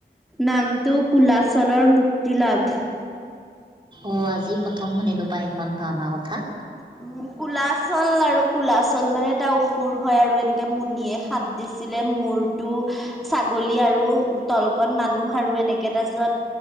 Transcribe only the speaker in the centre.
নামটো কুলাচলৰ মুক্তি লাভ'।
<unintelligible> কুলাচল আৰু কুলাচল মানে এটা অসুৰ হয় আৰু এনেকে মুনিয়ে সাপ দিছিলে মূৰ টো ছাগলী আৰু তলকণ মানুহ আৰু এনেকে তাছত,